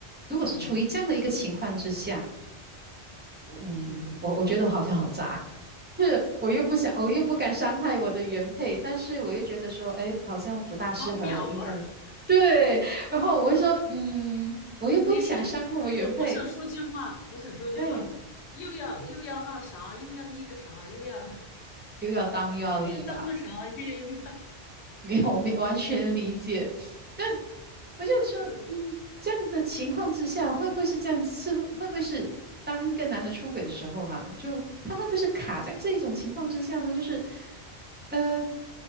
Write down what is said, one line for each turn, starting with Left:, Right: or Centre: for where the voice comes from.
Right: 如果是处于这样的一个情况之下，
Left: 嗯
Right: 嗯，
Left: 嗯，
Right: 我我觉得我好像好渣，<laughs> 就是我又不想，我又不敢伤害我的原配，但是我又觉得说，哎，好像不大适合，
Left: 好表啊！
Right: 应该对。然后我就说，嗯，我又不想伤害我原配，
Left: <laughs> 你是我，我想说句话，我想说句话，
Right: 哎，
Left: 又要又要那啥，又要那个啥，又要
Right: 又要当又要立吧，
Left: <laughs> 又要当个啥，又要那个
Right: <laughs> 没有，我没完全理解。但我就说，
Left: <laughs>，嗯
Right: 嗯，这样的情况之下，会不会是这样？是不会不会是当一个男的出轨的时候啦，就他会不会是卡在这一种情况之下呢？就是，呃，